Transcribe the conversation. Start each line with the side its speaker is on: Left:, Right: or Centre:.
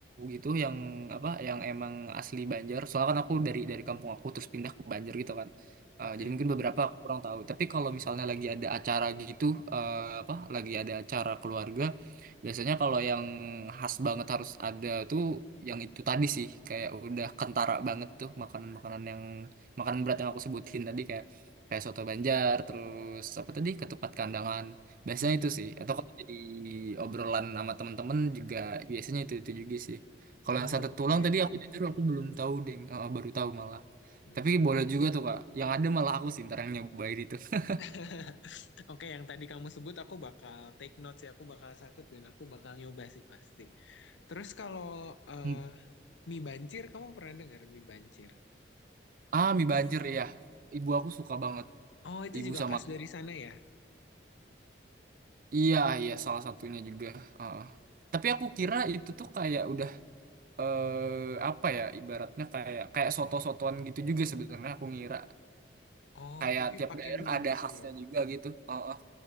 Right: gitu yang apa yang emang asli Banjar, soalnya kan aku dari dari kampung aku terus pindah ke Banjar gitu kan. Eh,
Left: Oke.
Right: jadi mungkin beberapa aku kurang tahu. Tapi kalau misalnya lagi ada acara gitu eh, apa lagi ada acara keluarga, biasanya kalau yang khas banget harus ada tuh yang itu tadi sih kayak udah kentara banget tuh makanan-makanan yang makanan berat yang aku sebutin tadi kayak kayak soto Banjar, terus apa tadi ketupat kandangan Biasanya
Left: Hmm.
Right: itu sih. Atau kalau jadi obrolan sama temen-temen juga biasanya itu itu juga sih. Kalau
Left: Oh,
Right: yang satu tulang
Left: Oke.
Right: tadi aku jujur aku belum tahu deh, Eh, baru tahu malah.
Left: Hmm.
Right: Tapi boleh juga tuh Kak. Yang ada malah aku sih ntar yang nyobain itu. <laughs>
Left: <laughs> Oke, yang tadi kamu sebut aku bakal take notes ya, aku bakal satut dan aku bakal nyoba sih pasti. Terus kalau eh,
Right: Hmm.
Left: mie bancir, kamu pernah dengar mie bancir?
Right: Ah, mie banjir ya. Ibu aku suka banget.
Left: Oh, itu
Right: Ibu
Left: juga
Right: sama
Left: khas dari sana ya?
Right: iya iya salah satunya juga. Heeh. Tapi aku kira itu tuh kayak udah eh, apa ya ibaratnya kayak kayak soto-sotoan gitu juga sebenarnya aku ngira
Left: Oh,
Right: kayak
Left: tapi
Right: tiap
Left: pakai
Right: daerah
Left: mie
Right: ada
Left: gitu
Right: khasnya
Left: ya?
Right: juga gitu. Heeh.